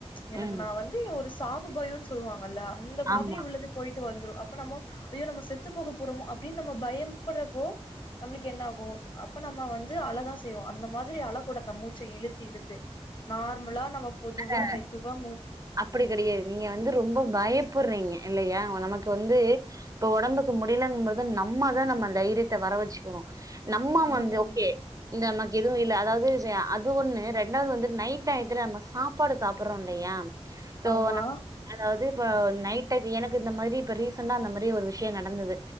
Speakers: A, on the left (about 45°); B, on the right (about 30°).
A: எனக்கு
B: ம்
A: நான் வந்து ஒரு சாவுபயம்ன்னு சொல்லுவாங்கல்ல அந்த மாதிரி
B: ஆமா
A: உள்ளது போயிட்டு வந்துரும் அப்ப நம்ம யோ நம்ம செத்து போக போறோமோ அப்படின்னு நம்ம பயபடுறப்போ நம்மளுக்கு என்ன ஆகும் அப்ப நம்ம வந்து அழதான் செய்வோம் அந்த மாதிரி அழ கூட மச்ச இழுத்தி இடுத்து நார்மலா நம்ம பொதுவா
B: ஹ
A: மெதுவா மூ
B: அப்படி கிடையாது நீங்க வந்து ரொம்ப பயப்புடுறீங்க இல்லையா நமக்கு வந்து இப்ப உடம்புக்கு முடியலங்கபதான் நம்மதான் நம்ம தைரியத்தை வர வச்சுக்கணும் நம்ம
A: ம்
B: வந்து ஓகே இந்த நமக்கு எதுவும் அதாவது அது ஒண்ணு ரெண்டாவது வந்து நைட் டயத்தில் நம்ம சாப்பிட சப்பாடு சாப்பிடடுறோம் இல்லையா சோ
A: ஆமா
B: அதாவது இப்ப நைட் எனக்கு இந்த மாதிரி இப்ப ரீசண்டா அந்த மாதிரி ஒரு விஷயம் நடந்தது